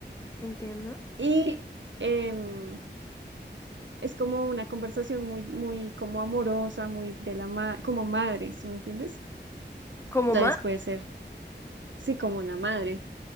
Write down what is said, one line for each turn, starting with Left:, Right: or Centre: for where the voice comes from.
Left: entiendo.
Right: y em, es como una conversación muy, muy como amorosa, muy de la ma- como madre, ¿sí me entiendes?
Left: Como
Right: Entonces
Left: mamá.
Right: puede ser, sí, como una madre.